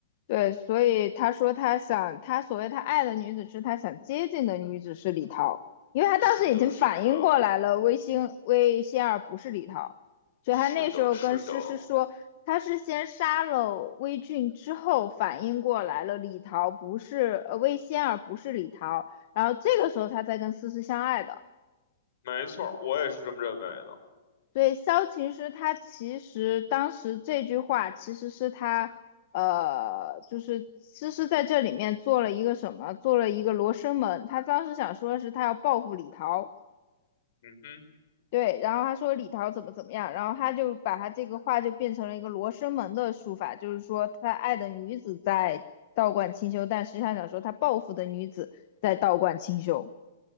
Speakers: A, on the left (about 50°); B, on the left (about 65°).
A: 对，所以他说他想，他所谓他爱的女子是他想接近的女子是李桃，因为他当时已经反应过来了，
B: 是的，是的，
A: 魏星魏仙儿不是李桃，所以他那时候跟诗诗说，
B: 是的，是的，
A: 他是先杀了魏俊之后反应过来了，李桃不是呃魏仙儿不是李桃，然后这个时候他才跟思思相爱的。
B: 没错儿，我也是这么认为的。
A: 对，萧琴师他其实当时这句话其实是他，呃，就是诗诗在这里面做了一个什么，做了一个罗生门。他当时想说的是他要报复李桃，
B: 嗯哼，
A: 对，然后他说李桃怎么怎么样，然后他就把他这个话就变成了一个罗生门的术法，就是说他爱的女子在道观清修，但实际上想说他报复的女子在道观清修，